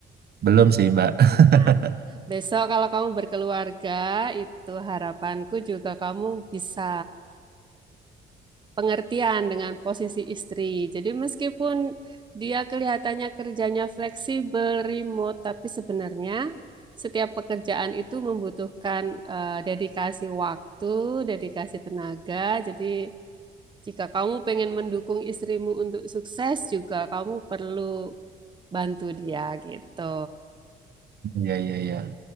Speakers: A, on the right (about 55°); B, on the right (about 25°).
A: belum sih, Mbak. <laughs>
B: Nah, Besok kalau kamu berkeluarga, itu harapanku juga kamu bisa pengertian dengan posisi istri. Jadi meskipun dia kelihatannya kerjanya fleksibel, remote, tapi sebenarnya setiap pekerjaan itu membutuhkan eh, dedikasi waktu, dedikasi tenaga. Jadi jika kamu pengen mendukung istrimu untuk sukses juga kamu perlu bantu dia gitu.
A: ya ya ya